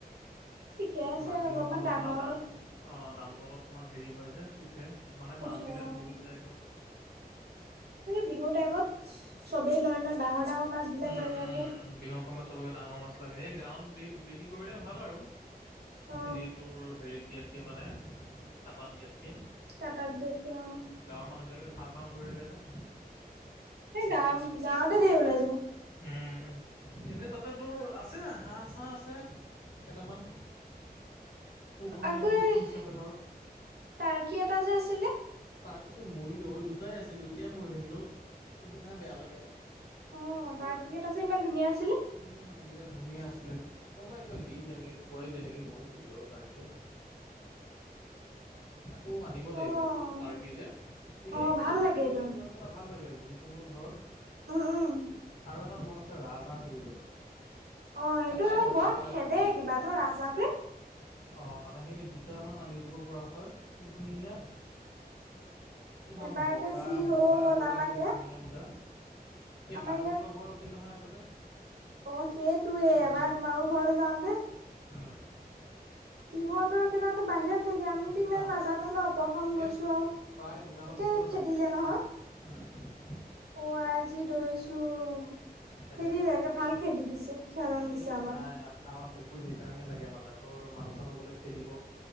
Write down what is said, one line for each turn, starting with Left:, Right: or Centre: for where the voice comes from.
Right: ঠিকে আছে
Left: মাঘ বিহুৰ
Right: অলপমান
Left: সময়ত
Right: ডাঙৰ
Left: মানে দাম অ, দামতটো অলপমান হেৰি হয় যে উঠে মানে
Right: উঠে
Left: মাছ বিলাক
Right: অ
Left: বহুত যায় তো,
Right: বিহু টাইমত চবেই লয় ন' ডাঙৰ-ডাঙৰ মাছ বিলাক
Left: উম,
Right: লাগে
Left: উম,
Right: আকৌ,
Left: বিহুৰ সময়ত চবকে ডাঙৰ মাছ লাগে, সেই গাঁৱত বি বিক্ৰী কৰিলে ভাল আৰু।
Right: অ
Left: এনেই তোৰ হেৰিত দিয়াতকে মানে কাটাত দিয়াতকে।
Right: কাটাত দিয়াত কে অ,
Left: গাঁৱৰ মানুহবিলাকে খাও-খাও কৰি থাকে যে,
Right: সেই
Left: সেইটো
Right: গা
Left: কাৰণে।
Right: গাঁৱতে দে ওলাই যায়।
Left: উম, এনেই তাতে তোৰ আছে হাঁহ-চাঁহ আছে। কেইটামান,
Right: <unintelligible>
Left: পোহনীয়া
Right: আকৌ
Left: বস্তু
Right: এই
Left: হিচাপে ধৰ
Right: টাৰ্কি এটা যে আছিলে।
Left: তাৰ্কিটো মৰিলে দুটাই আছিল, দুইটাই মৰি থাকিলোও এইকেই থাহে বেয়া লাগে।
Right: অ,
Left: বিৰাট
Right: তাৰ কি কেইটা যে ইমান ধুনীয়া আছিলে।
Left: উম, বিৰাট ধুনীয়া আছিলে। কোনোবাই কিবা দিলে নেকি? খুৱাই দিলে নেকি মৰি থাকিলো অ, তাৰকি টো। আকৌ আনিব লাগিব
Right: অ'
Left: তাৰ্কি যে এনেই
Right: অ'
Left: কিবা
Right: ভাল
Left: এটা
Right: লাগে
Left: থাকিলে
Right: এইটো
Left: কিয়নো, কিবা এটা ভাল লাগে যিকোনো ধৰ
Right: উম, উম,
Left: আৰু এটা মন আছে ৰাজহাঁহ পুৰিবলে।
Right: অ' সেইটো
Left: এটাই
Right: আকৌ
Left: হওক
Right: বৰ
Left: লগালে
Right: খেদে
Left: এটা বা দুটা
Right: কিবা
Left: সেনেকে।
Right: ন ৰাজাটোৱে
Left: অ, মানে সেই দুটামান আনি লব পৰা। হয়, ধুনিয়া একদম
Right: এবাৰকে
Left: বগা-বগা-বগা
Right: যি হ'ল আমাৰ
Left: একদম
Right: ইয়াত
Left: ধুনীয়া দুটা। এই
Right: আমাৰ
Left: কানুহঁতৰ
Right: ইয়াত
Left: ঘৰত আছিল নহয় আগতে।
Right: অ, সেইটয়ে
Left: উম,
Right: এবাৰ তোমাকো ঘৰলে যাওঁতে।
Left: উম,
Right: সিহতে কেইটা টো বাহিৰত থাকে। আমি ইমান
Left: অ,
Right: নাজানো ন প্ৰথম গৈছো
Left: এই
Right: আৰু
Left: প্ৰায় দোকানৰ মুখতে
Right: এ খেদিলে
Left: থাকে।
Right: নহয়।
Left: উম,
Right: অ, আই জি দৌৰিছোঁ। খেদিলে
Left: খেদে খেদে সিহঁতে।
Right: ভাল খেদি দিছে খেদন দিছে
Left: এই
Right: আমাক।
Left: নাই আমাৰ পুখুৰত সেইকাৰণে লাগে মানে তোৰ মানুহ-চানুহ গলে খেদিব,